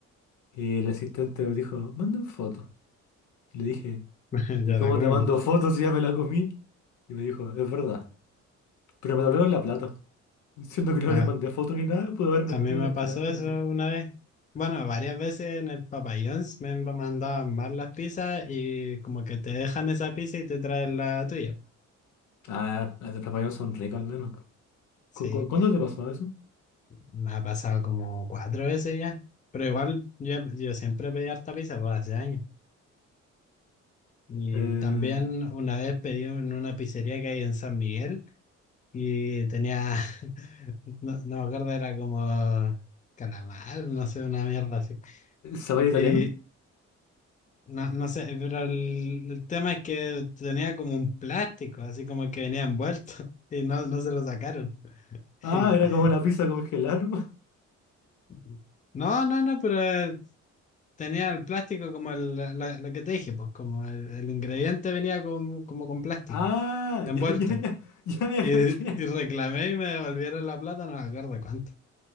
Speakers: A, on the left (about 75°); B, on the left (about 25°).
A: Y el asistente dijo, manden fotos. Y le dije,
B: <laughs>
A: ¿Y
B: Ya
A: cómo
B: la comimos.
A: te mando fotos si ya me la comí? Y me dijo, es verdad, pero me devolvieron la plata. Siendo que no
B: A,
A: le mandé fotos ni nada, pude haber
B: a
A: mentido
B: mí me
A: descaradamente.
B: pasó eso una vez. Bueno, varias veces en el Papayons me mandaban mal las pizzas y como que te dejan esa pizza y te traen la tuya.
A: Ah, las del Papayón son ricas al menos.
B: Sí.
A: ¿Cu cu- cuándo te pasó eso?
B: Me ha pasado como cuatro veces ya. Pero igual yo, yo siempre pedí harta pizza por hace años. Y
A: Eh,
B: también una vez pedí en una pizzería que hay en San Miguel y tenía, <laughs> no, no me acuerdo, era como calamar, no sé, una mierda así.
A: ¿zapallo italiano?
B: Y no, no sé, pero el, el tema es que tenía como un plástico, así como que venía envuelto <laughs> y no, no se lo sacaron. <laughs>
A: Ah, era como la pizza congelada. ¿no? <laughs>
B: Y- no, no, no, pero eh, tenía el plástico como el, la- lo que te dije, pues como el, el ingrediente venía con- como con plástico,
A: Ah,
B: envuelto.
A: ya, ya, ya, ya, ya,
B: Y,
A: caché.
B: y reclamé y me devolvieron la plata, no me acuerdo cuánto.